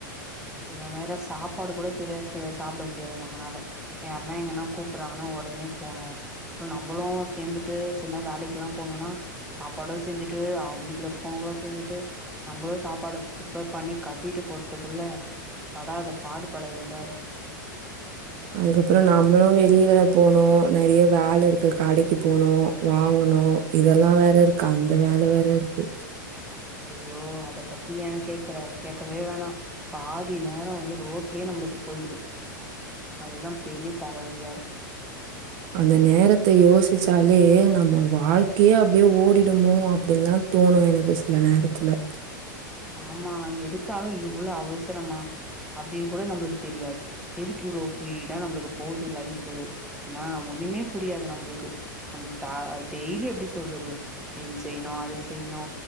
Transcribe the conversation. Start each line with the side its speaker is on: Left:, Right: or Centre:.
Centre: சில நேரோ சாப்பாடு கூட சரியா ச சாப்ட முடியாது நம்மனால யார்னா எங்கனா கூப்பறாங்கனா உடனே போணு நம்மளு சேந்துட்டு சும்மா வேலைக்கெலா போனுனா சாப்பாடூ செஞ்சுட்டு அவங்க வீட்ல இருக்கவங்க செஞ்சுட்டு நம்பளு சாப்பாடு ப்ரிப்பேர் பண்ணி கட்டிட்டு போற்த்துக்குள்ள படாதப்பாடு பட வேண்டிதா இருக்கு
Right: அதுக்கப்றோ நாம்மளு வெளியிலலா போனு, நெறைய வேலை இருக்கு கடைக்கு போனு வாங்ணு இதெல்லா வேற இருக்கு அந்த வேல வேற இருக்கு
Centre: ஐயோ அத பத்தி ஏ கேக்குற கேக்கவே வேணா பாதி நேரோ வந்து ரோட்லயே நம்மளுக்கு போயிடுது அதுதா பெரிய தலவலியா இருக்கு
Right: அந்த நேரத்த யோசிச்சாலே நம்ம வாழ்க்கையே அப்டியே ஓடிடுமோ அப்டின்ல்லா தோணு எனக்கு சில நேரத்தில
Centre: ஆமா நீ எதுக்காக இவ்வளோ அவசரமா அப்டின்னு கூட நம்பளுக்கு தெரியாது எதுக்கு இவ்ளோ ஸ்பீடா நம்மளுக்கு போகுது லைஃப் நா ஒண்ணுமே புரியாது நம்மளுக்கு நமக் டா டெய்லி எப்டி சொல்றது இது செய்ணு அது செய்ணு